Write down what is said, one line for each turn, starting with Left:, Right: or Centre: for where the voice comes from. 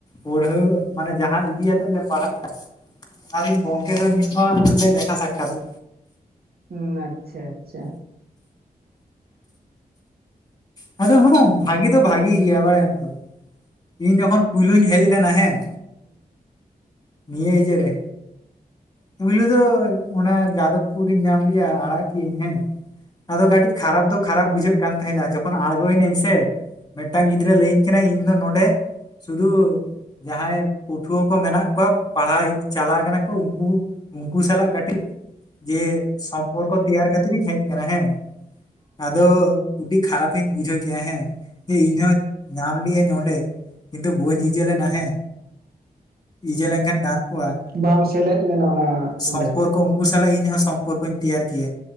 Left: ᱯᱟᱹᱲᱦᱟᱹ ᱢᱟᱱᱮ ᱡᱟᱦᱟᱸ ᱤᱫᱤᱛᱮᱜ ᱞᱮ ᱯᱟᱲᱦᱟᱜ ᱠᱟᱱᱟ ᱟᱨ ᱤᱧ ᱜᱚᱢᱠᱮ ᱛᱚ ᱱᱤᱛᱤᱛᱣᱟ ᱦᱟᱱᱮ ᱫᱟ ᱥᱟᱠᱟ <inaudible>
Right: ᱦᱩᱸ ᱟᱪᱪᱷᱟ ᱟᱪᱪᱷᱟ᱾
Left: ᱱᱚᱰᱮ <unintelligible> ᱵᱷᱟᱜᱤ ᱫᱚ ᱵᱷᱟᱜᱤ ᱜᱮᱭᱟ ᱵᱟᱲᱟᱭᱟᱢ ᱛᱚ᱾ ᱤᱧ ᱡᱚᱠᱷᱚᱱ ᱯᱩᱭᱞᱩᱧ ᱦᱮᱡ ᱞᱮᱱᱟ ᱦᱮᱸ ᱱᱤᱭᱟᱹ ᱤᱭᱟᱹ ᱨᱮ ᱯᱩᱭᱞᱩ ᱫᱚ ᱚᱱᱟ ᱡᱟᱫᱚᱵᱽᱯᱩᱨᱤᱧ ᱧᱟᱢ ᱞᱮᱭᱟ ᱟᱲᱟᱜ ᱠᱤᱭᱟᱹᱧ ᱦᱮᱸ ᱟᱫᱚ ᱠᱟᱹᱴᱤᱡ ᱠᱷᱟᱨᱟᱯ ᱫᱚ ᱠᱷᱟᱨᱟᱯ ᱵᱩᱡᱷᱟᱹᱜ ᱠᱟᱱ ᱛᱟᱦᱮᱸᱫᱱᱟ ᱡᱚᱠᱷᱚᱱ ᱟᱬᱜᱚᱭᱱᱟᱹᱧ ᱥᱮ ᱢᱤᱫᱴᱟᱝ ᱜᱤᱫᱽᱨᱟᱹ ᱞᱟᱹᱭᱟᱹᱧ ᱠᱮᱱᱟᱭ ᱤᱧᱫᱚ ᱱᱚᱰᱮ ᱥᱩᱫᱩ ᱡᱟᱦᱟᱸᱭ ᱯᱟᱹᱴᱷᱩᱣᱟᱹ ᱠᱚ ᱢᱮᱱᱟᱜ ᱠᱚᱣᱟ ᱯᱟᱲᱦᱟᱣ ᱪᱟᱞᱟᱣ ᱠᱟᱱᱟ ᱠᱚ ᱩᱱᱠᱩ ᱩᱱᱠᱩ ᱥᱟᱞᱟᱜ ᱠᱟᱹᱴᱤᱡ ᱡᱮ ᱥᱚᱢᱯᱚᱨᱠᱚ ᱛᱮᱭᱟᱨ ᱠᱷᱟᱹᱛᱤᱨ ᱤᱧ ᱦᱮᱡ ᱠᱟᱱᱟ ᱦᱮᱸ ᱟᱫᱚ ᱟᱹᱰᱤ ᱠᱷᱟᱨᱟᱯ ᱛᱤᱧ ᱵᱩᱡᱷᱟᱹᱣ ᱠᱮᱜ-ᱟ ᱦᱮᱸ ᱡᱮ ᱤᱧ ᱦᱚᱸ ᱧᱟᱢ ᱞᱮᱜ-ᱟᱹᱧ ᱚᱸᱰᱮ ᱠᱤᱱᱛᱩ ᱵᱳᱟᱹᱧ ᱤᱡᱮᱞ ᱞᱮᱱᱟ ᱦᱮᱸ ᱤᱡᱟᱹ ᱞᱮᱱᱠᱷᱟᱱ ᱜᱟᱱ ᱠᱚᱜᱼᱟ
Right: ᱵᱟᱝ ᱥᱮᱞᱮᱫ ᱞᱮᱱᱟ ᱚᱱᱟ,
Left: ᱥᱚᱢᱯᱚᱨᱠᱚ
Right: ᱚᱸᱰᱮ
Left: ᱩᱱᱠᱩ ᱥᱟᱞᱟᱜ ᱤᱧᱦᱚᱸ ᱥᱚᱢᱯᱚᱨᱠᱚᱧ ᱛᱮᱭᱟᱨ ᱠᱮᱭᱟ